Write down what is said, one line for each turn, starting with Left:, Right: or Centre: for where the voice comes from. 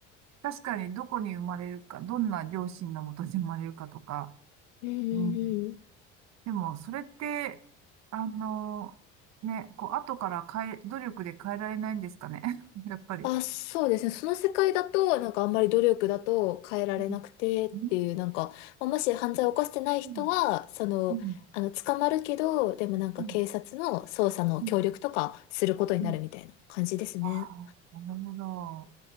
Right: 確かに、どこに生まれるか、どんな両親のもとに生まれるかとか、
Left: うんうんうん。
Right: うんでも、それって、あの、ね、こう、後から変え、努力で変えられないんですかね。<laughs> やっぱり。
Left: あ、そうですね。その世界だと、なんかあんまり努力だと変えられなくてっていう、
Right: うんう
Left: なんか、まあもし犯罪を犯してない人は、
Right: ん
Left: その、
Right: うん
Left: あの、捕まるけど、でもなんか警察の捜査の協力とかすることになるみたいな感じですね。
Right: うんうんうんああ、なるほど。